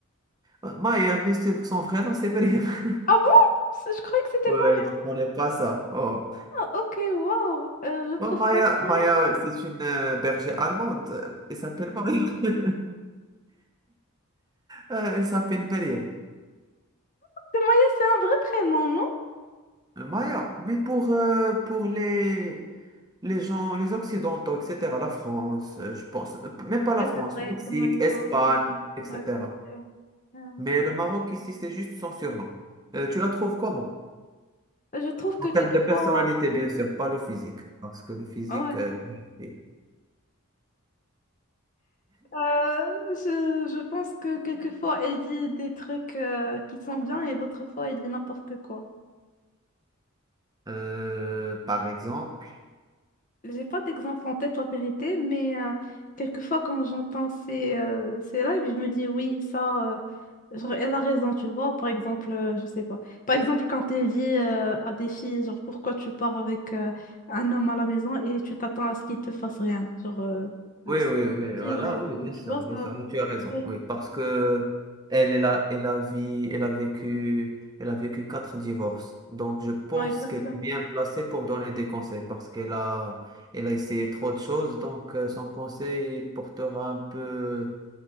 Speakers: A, on the right; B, on the left.
A: Euh, Maya, mais c'est- son vrai nom, c'est Mariam. <laughs>
B: Ah bon? C'est- Je croyais que c'était
A: Ouais,
B: Maya.
A: tu connais pas ça. Oh.
B: Ok, wow. Euh, je trouve
A: Bon, Maya,
B: quand même Maya.
A: Maya, c'est une euh, bergère allemande. Euh, Elle s'appelle Maya. <laughs> Euh, Elle s'appelle Mariam.
B: C'est Maya, c'est un vrai prénom, non?
A: Maya, mais pour, euh, pour les, Les gens, les Occidentaux, etc., la France, euh, je pense, euh, même pas la
B: Ouais,
A: France,
B: c'est vrai,
A: Mexique,
B: c'est Maya le
A: Espagne,
B: Marocain.
A: etc.
B: Ouais, c'est vrai. Ouais.
A: Mais le Maroc ici, c'est juste son surnom. Euh, tu la trouves comment?
B: Je trouve que
A: En termes
B: quelquefois.
A: de personnalité, bien sûr, pas le physique, parce que le physique,
B: Ouais.
A: euh, tu le fais.
B: Euh, je, je pense que quelquefois elle dit des trucs euh, qui sont bien et d'autres fois elle dit n'importe quoi.
A: Euh, par exemple,
B: J'ai pas d'exemple en tête en vérité, mais euh, quelquefois quand j'entends ces, euh, ces lives, je me dis oui, ça. euh, Genre, elle a raison, tu vois. Par exemple, euh, je sais pas. Par exemple, quand elle dit euh, à des filles, genre, pourquoi tu pars avec euh, un homme à la maison et tu t'attends à ce qu'il te fasse rien. Genre, euh, euh,
A: Oui,
B: ce
A: oui,
B: qu'elle
A: oui.
B: dit,
A: Ah,
B: ouais,
A: Là, oui, bien
B: tu
A: sûr,
B: vois,
A: bien
B: ça.
A: sûr. Là, tu as raison.
B: Ouais,
A: Oui, parce que elle, elle a, elle a vi- elle a vécu, elle a vécu quatre divorces. Donc, je pense
B: ouais, exactement.
A: qu'elle est bien placée pour donner des conseils parce qu'elle a, elle a essayé trop de choses. Donc, euh, son conseil, il portera un peu,